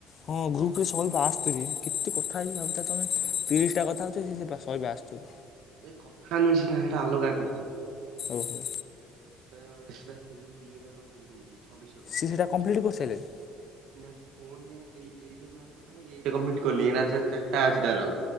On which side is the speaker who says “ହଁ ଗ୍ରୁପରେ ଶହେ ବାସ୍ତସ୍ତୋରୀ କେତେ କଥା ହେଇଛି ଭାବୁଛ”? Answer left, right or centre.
Left